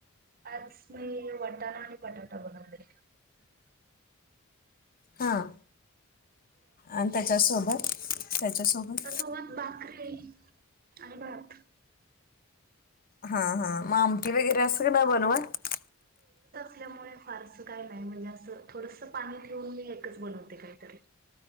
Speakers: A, on the right; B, on the left.
A: आज मी वटाणा आणि बटाटा बनवते.
B: हा. आणि त्याच्यासोबत त्याच्यासोबत
A: त्याच्या सोबत भाकरी. आणि भात.
B: हा, हा, म आमटी वगैरे असं नाई बनवत?
A: त्यामुळे फारस काय नाही, म्हणजे असं थोडसं पाणी ठेवून मी एकच बनवते काहीतरी.